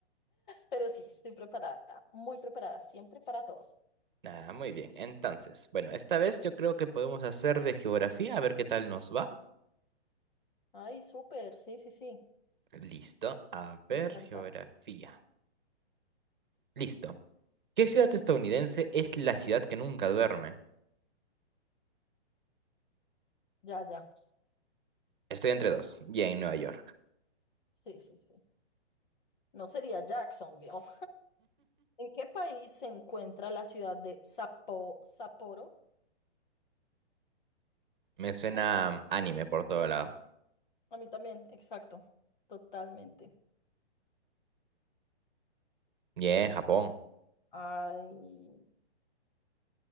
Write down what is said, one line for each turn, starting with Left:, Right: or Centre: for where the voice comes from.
Left: pero sí, estoy preparada, muy preparada, siempre para todo.
Right: Ah, muy bien. Entonces, bueno, esta vez yo creo que podemos hacer de geografía, a ver qué tal nos va.
Left: Ay, súper, sí, sí, sí,
Right: Listo, a ver,
Left: me encanta.
Right: geografía. Listo. ¿Qué ciudad estadounidense es la ciudad que nunca duerme?
Left: Ya, ya,
Right: Estoy entre dos. Bien, Nueva York.
Left: sí, sí, sí. No sería Jacksonville. Oh, ¿En qué país se encuentra la ciudad de Sapo, Sapporo?
Right: Me suena
Left: Mm,
Right: mm, anime por todo lado.
Left: a mí también, exacto, totalmente.
Right: Bien, Japón.
Left: Ay,